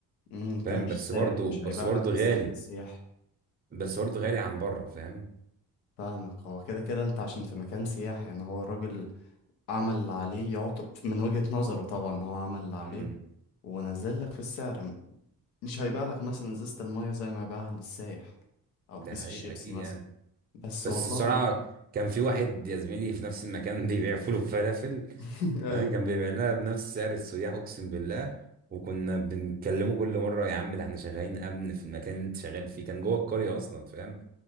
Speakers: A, on the left; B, on the right.
A: امم انت
B: فاهم
A: مش
B: بس
A: سايح
B: برضو
A: مش
B: بس
A: هيبيع
B: برضو
A: لك بالسحر
B: غالي
A: السياحي
B: بس برضو غالي عن بره فاهم
A: فاهمك هو كده كده انت عشان في مكان سياحي يعني هو الراجل عمل اللي عليه يعطب من وجهة نظره طبعا هو عمل اللي عليه
B: امم
A: ونزل لك في السعر م- مش هيبيع لك مثلا ازازة المية زي ما يبيعها للسايح او
B: ده
A: كيس
B: حقيقة
A: الشيبسي
B: أكيد
A: مثلا
B: يعني
A: بس
B: بس
A: والله
B: بصراحة كان في واحد يا زميلي في نفس المكان <laughs> بيبيع فول وفلافل
A: <laughs>
B: فاهم
A: ايوه
B: كان بيبيع لها بنفس سعر السياح اقسم بالله وكنا بنكلمه كل مرة يا عم ده احنا شغالين امن في المكان اللي انت شغال فيه كان جوه القرية اصلا فاهم